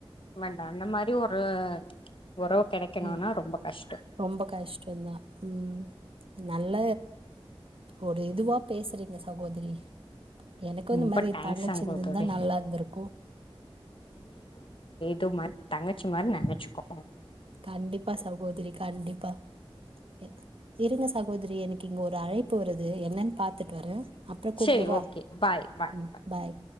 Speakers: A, on the left; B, on the right.
A: வேண்டா அந்த மாரி ஒரு உறவு கெடைக்கணுனா
B: உம்
A: ரொம்ப கஷ்டோ
B: ரொம்ப கஷ்டந்தான் உம் ந நல்ல ஒரு இதுவா பேசுற சகோதரி எனக்கு
A: ரொம்ப
B: இந்த மாரி
A: தேங்க்ஸ்
B: தங்கச்சி
A: சகோதரி
B: இருந்துருந்தா நல்லாருந்துருக்கு
A: து மாரி தங்கச்சி மாரி நெனச்சுக்கோ
B: கண்டிப்பா சகோதரி கண்டிப்பா இ இருங்க சகோதரி எனக்கு இங்க ஒரு ஒரு அழைப்பு வருது என்னன்னு பாத்துட்டு வர அப்பர கூப்டவா
A: செரி ஓகே பாய் பாய்
B: ம் பாய்